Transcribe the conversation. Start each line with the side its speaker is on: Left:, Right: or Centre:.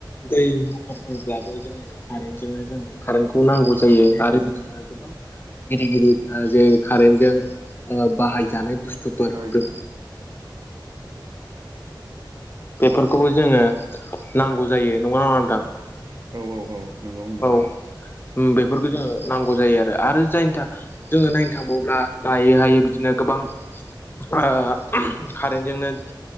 Left: दै मटर होयोब्लाबो जोङो कारेन्टजोंनो जोङो कारेन्टखौ नांगौ जायो आरो बिदिनो गोबां गिदिर गिदिर जे कारेन्जों बाहायजानाय बुस्थुफोर
Right: ओइ
Left: बे बेफोरखौबो जोङो नांगौ जायो नंगौ ना नङा नोंथां
Right: औ औ औ नंगौ नंगौ
Left: औ बेफोरखौ जोङो नांगौ जायो आरो आरो जायनि थाखाया जोङो नायनो थांबावब्ला दायै हायै बिदिनो गोबां आ कारेन्जोंनो